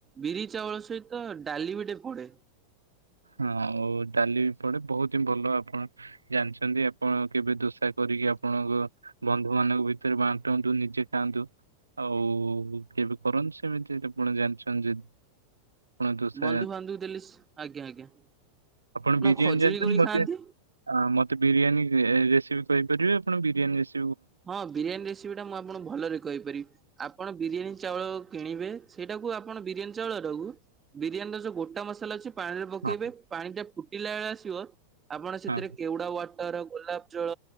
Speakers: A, on the right; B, on the right.
A: ବିରି ଚାଉଳ ସହିତ ତାଲି ବି ଟିକେ ପଡେ
B: ହଁ ଆଉ ଡାଲି ବି ପଡେ ବହୁତ ହିଁ ଭଲ ଆପଣ ଜାଣିଛନ୍ତି ଆପଣ କେବେ ଦୋଷ ଆ କରିକି ଆପଣଙ୍କ ବନ୍ଧୁ ମାନଙ୍କ ଭିତରେ ବାଣ୍ଟନ୍ତୁ ନିଜେ ଖାଆନ୍ତୁ ଆଉ କେବେ କରନ୍ତି ସେମିତି ଯଦି ଆପଣ ଜାଣିଛନ୍ତି ଜଦି ଦୋସା
A: ବନ୍ଧୁ ବାନ୍ଧବକୁ ଦେଲେ ଆଜ୍ଞା ଆଜ୍ଞା
B: ଆପଣ ବିରିୟାନୀ
A: ଖଜୁରୀ
B: ଜାଣିଛନ୍ତି
A: କୋଳି
B: ମତେ
A: ଖାଆନ୍ତି?
B: ମତେ ବିରିୟାନୀ ରେସିପି କହିପାରିବେ ଆପଣ ବିରିୟାନୀ ରେସିପ୍
A: ହଁ ବିରିୟାନୀ ରେସିପି ଟା ମୁଁ ଆପଣଙ୍କୁ ଭଲରେ କହିପାରିବି ଆପଣ ବିରିୟାନୀ ଚାଉଳ କିଣିବେ ସେଇଟାକୁ ଆପଣ ବିରିୟାନୀ ଚାଉଳଟାକୁ ବିରିୟାନୀର ଯୋଉ ଗୋଟା ମସଲା ଅଛି ପାଣିରେ ପକେଇବେ
B: ହଁ
A: ପାଣି ଟା ଫୁଟିଲା ବେଳେ ଆସିବ ଆପଣ ସେଥିରେ
B: ହଁ
A: କେଉଡା ୱାଟର ଗୋଲାପ ଜଳ